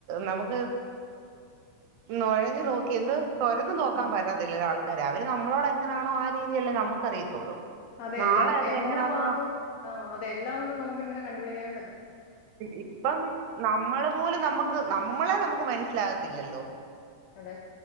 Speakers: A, on the right (about 80°); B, on the left (about 80°).
A: നമുക്ക് നുഴഞ്ഞു നോക്കി എന്ത് തോരന്ന് നോക്കാൻ
B: ഉം
A: പറ്റത്തില്ല അവര് നമ്മളോട് എങ്ങനെയാണോ ആ രീതിയല്ലേ നമുക്ക് അറിയത്തുള്ളൂ
B: അതെ
A: നാളെ
B: എല്ലാ
A: അവരെങ്ങനാന്ന്
B: എല്ലാ ഭാഗവും ആ അതെ എല്ലാം നമുക്ക് അങ്ങന കണ്ടപിക്കാനൻ
A: ഇപ്പം നമ്മള് പോലും നമുക്ക് നമ്മളെ നമുക്ക് മനസ്സിലാകത്ത ഇല്ലല്ലോ
B: അതെ